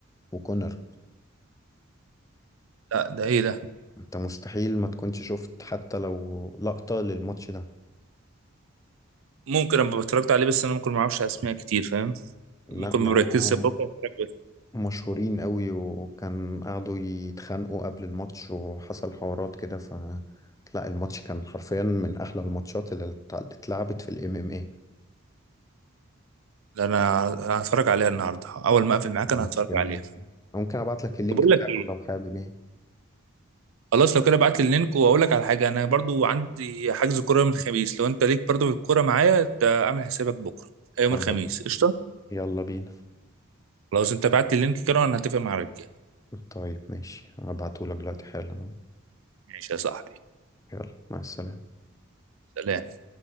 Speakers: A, on the left; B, on the right.
A: وكونر
B: لا ده ايه ده
A: أنت مستحيل ما تكونش شفت حتى لو لقطة للماتش ده
B: ممكن ابقى اتفرجت عليه بس انا ممكن ما اعرفش اسماء كتير فاهم
A: لا
B: ممكن
A: ده
B: ما بركزش
A: هم
B: بكره اتفرج بس
A: مشهورين قوي وكان قعدوا يتخانقوا قبل الماتش وحصل حوارات كده ف لا الماتش كان حرفيا من احلى الماتشات اللي اتع- اتلعبت في الام ام اي
B: ده انا هتفرج عليها النهارده اول ما اقفل معاك انا
A: ماتش
B: هتفرج
A: جميل
B: عليها
A: جدا ممكن ابعت لك اللينك
B: طب اقول
A: بتاعه
B: لك ايه
A: لو حابب ايه
B: خلاص لو كده ابعت لي اللينك واقول لك على حاجه انا برضو عندي حجز كوره يوم الخميس لو انت ليك برضو في الكوره معايا ت- اعمل حسابك بكره يوم
A: خلاص
B: الخميس قشطه
A: يلا بينا
B: خلاص انت بعت لي اللينك كده وانا هتفق مع الرجاله
A: طيب ماشي هبعته لك دلوقتي حالا أهو.
B: ماشي يا صاحبي
A: يلا مع السلامة
B: سلام